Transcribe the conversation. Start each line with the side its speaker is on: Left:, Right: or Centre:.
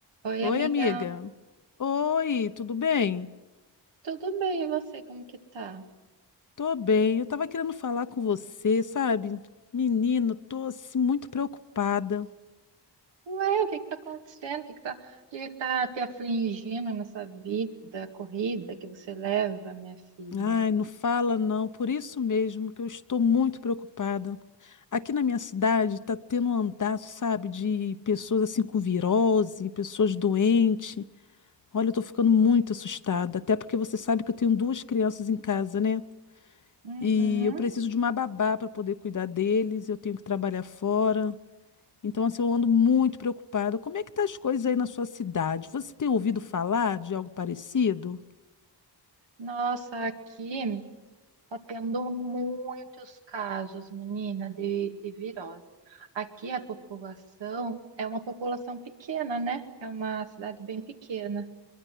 Right: Oi,
Left: Oi,
Right: amiga.
Left: amiga. Oi, tudo bem?
Right: Tudo bem, e você? Como que tá?
Left: Tô bem. Eu tava querendo falar com você, sabe? Menino, tô assim muito preocupada.
Right: Ué, o que que tá acontecendo? O que que tá, o que que tá te afligindo nessa vida corrida que você leva, minha filha?
Left: Ai, não fala não. Por isso mesmo que eu estou muito preocupada. Aqui na minha cidade tá tendo um andaço, sabe, de pessoas assim com virose, pessoas doentes. Olha, eu tô ficando muito assustada, até porque você sabe que eu tenho duas crianças em casa, né?
Right: Uhum.
Left: E eu preciso de uma babá para poder cuidar deles, eu tenho que trabalhar fora. Então, assim, eu ando muito preocupada. Como é que tá as coisas aí na sua cidade? Você tem ouvido falar de algo parecido?
Right: Nossa, aqui tá tendo muitos casos, menina, de, de virose. Aqui a população é uma população pequena, né? É uma cidade bem pequena.